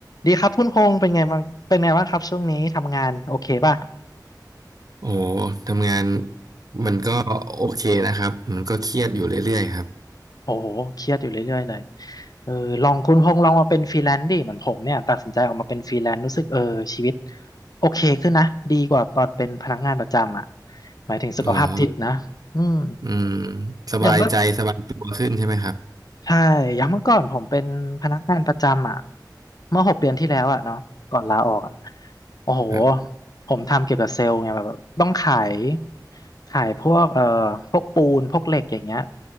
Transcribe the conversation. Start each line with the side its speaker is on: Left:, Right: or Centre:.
Left: ดีครับคุณพงษ์เป็นไงบ้างเป็นไงบ้างครับช่วงนี้ทำงานโอเคป่ะ
Right: โอ้ทำงานมันก็โอเคนะครับมันก็เครียดอยู่เรื่อยๆครับ
Left: โอ้โหเครียดอยู่เรื่อยๆเลยเออลองคุณพงษ์ลองมาเป็นฟรีแลนซ์ดิเหมือนผมเนี่ยตัดสินใจออกมาเป็นฟรีแลนซ์รู้สึกเออชีวิตโอเคขึ้นนะดีกว่าตอนเป็นพนักงานประจำอ่ะหมายถึงสุขภาพจิตนะอืม
Right: เหรออืมสบายใจสบายตัวขึ้นใช่ไหมครับ
Left: อย ใช่อย่างเมื่อก่อนผมเป็นพนักงานประจำอ่ะเมื่อหกเดือนที่แล้วอ่ะเนาะก่อนลาออกอ่ะโอ้โห
Right: ครับ
Left: ผมทำเกี่ยวกับเซลล์ไงแบบแบบต้องขายขายพวกเอ่อพวกปูนพวกเหล็กอย่างเงี้ย